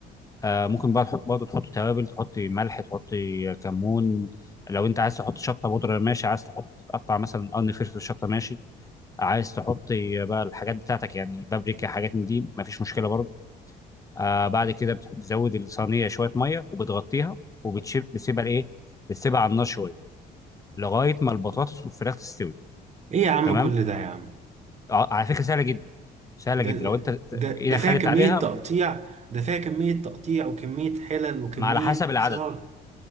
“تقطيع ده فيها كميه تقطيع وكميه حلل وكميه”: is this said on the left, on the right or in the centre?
Right